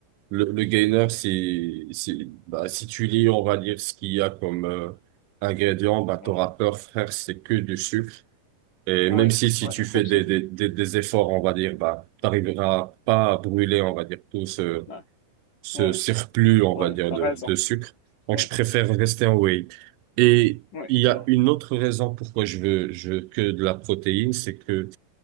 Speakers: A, on the right (about 75°); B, on the left (about 60°).
A: Le, le gainer, c'est, c'est, bah, si tu lis, on va dire ce qu'il y a comme euh, ingrédients, bah,
B: ouais,
A: t'auras peur, frère, c'est que du sucre. Et
B: ouais,
A: même si, si
B: ouais,
A: tu
B: effectivement.
A: fais des, des, des, des efforts, on va dire, bah, t'arriveras pas à brûler, on va dire, tout ce,
B: Ouais,
A: ce
B: ouais,
A: surplus, on
B: ouais,
A: va dire,
B: t'as
A: de,
B: raison.
A: de sucre. Donc,
B: Ouais,
A: je préfère rester en whey. Et
B: ouais,
A: il y
B: t'as-
A: a une autre raison pourquoi je veux, je veux que de la protéine, c'est que